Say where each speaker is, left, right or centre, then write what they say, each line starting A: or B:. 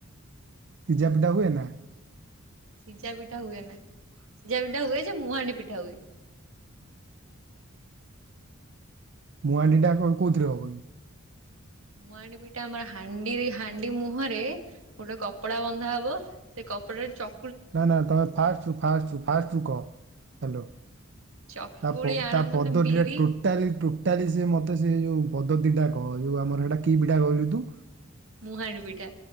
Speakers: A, on the right (about 55°); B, on the right (about 70°).
A: ସିଝା ପିଠା ହୁଏ ନା।
B: ସିଝା ପିଠା ହୁଏନା ସିଝା ପିଠା ହୁଏ ଯେ ମୁହାଣ୍ଡି ପିଠା ହୁଏ।
A: ମୁହାଣ୍ଡି ଟା କୋଉଥିରେ ହବ କି?
B: ମୁହାଣ୍ଡି ପିଠା ଆମର ହାଣ୍ଡିରେ ହାଣ୍ଡି ମୁହଁରେ ଗୋଟେ କପଡା ବନ୍ଧା ହବ ସେ କପଡାରେ ଚ
A: ନା ନା ତମେ ଫାଷ୍ଟରୁ ଫାଷ୍ଟରୁ ଫାଷ୍ଟରୁ କହ ହାଲୋ
B: ଚକୁଳି
A: ତା-ପ
B: ଆଣ
A: ତା
B: ମାନେ
A: ପଦ
B: ବିରି
A: ଟିରେ ଟୋଟାଲି ଟୋଟାଲି ସ ମତେ ସେ ଯୋଉ ପଦ୍ଧତି ଟା କହ ଯୋଉ ଆମର ସେଇଟା କି ପିଠା କହିଲୁ ତୁ?
B: ମୁହାଣ୍ଡି ପିଠା।